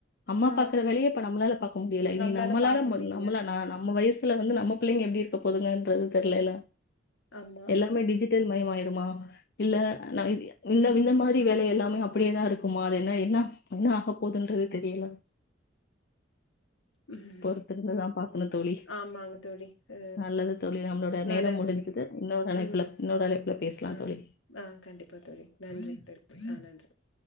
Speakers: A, on the left; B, on the left.
A: அம்மா
B: ஆ
A: பாக்குற வேலய இப்ப நம்ளால பாக்க முடியல இனி
B: நம்பளால
A: நம்மளால
B: பாக்க முடியல.
A: நம்புளனா நம் வயசுல வந்து நம்ம பிள்ளைங்க எப்டி இருக்குப் போதுகன்றது தெர்லேல
B: எப் ஆமா.
A: எல்லாமே டிஜிட்டல் மயமாயிருமா இல்ல இந்த இந்த மாரி வேல எல்லாமே அப்டியேதா இருக்குமா அது என்ன என்ன என்ன ஆக போது ன்றது தெரியல
B: ம்.
A: பொறுத்துருந்துதா பாக்கணு தோழி
B: ஆமாங்க தோழி. அ
A: நல்லது தோழி நம்ளோட
B: நல்லது
A: நேரம் முடிந்தது
B: தோழி.
A: இன்னொரு அழைப்புல
B: ம்.
A: இன்னொரு அழைப்புல பேசலாம்
B: ஆ
A: தோழி
B: ஆ கண்டிப்பா தோழி நன்றி <unintelligible> ஆ நன்றி